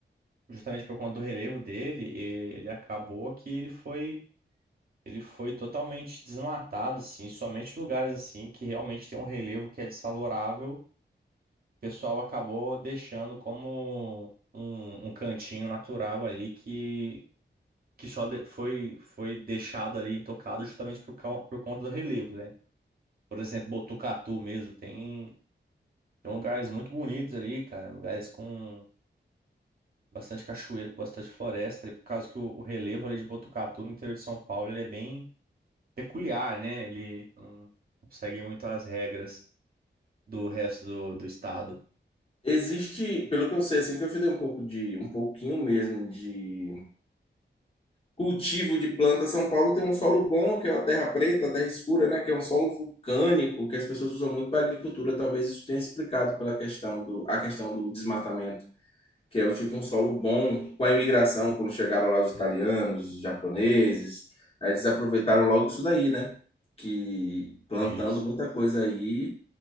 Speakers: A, on the right; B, on the left.
A: justamente por conta do relevo dele e- ele acabou que ele foi Ele foi totalmente desmatado, assim, somente lugares assim que realmente tem um relevo que é desfavorável. O pessoal acabou deixando como um, um cantinho natural ali que, que só de- foi, foi deixado ali intocado justamente por, cau- por conta do relevo, né? Por exemplo, Botucatu mesmo, tem, tem lugares muito bonitos ali, cara, lugares com bastante cachoeira, com bastante floresta, e por causa que o, o relevo ali de Botucatu no interior de São Paulo, ele é bem peculiar, né? Ele não segue muito as regras do resto do, do estado.
B: Existe, pelo que eu sei, assim, que eu estudei um pouco de, um pouquinho mesmo de cultivo de planta. São Paulo tem um solo bom, que é a terra preta, a terra escura, né? Que é um solo vulcânico, que as pessoas usam muito para agricultura. Talvez isso tenha explicado pela questão do, a questão do desmatamento, que é o tipo um solo bom com a imigração, quando chegaram lá os italianos, os japoneses, aí eles aproveitaram logo isso daí, né? Que plantando
A: Isso.
B: muita coisa aí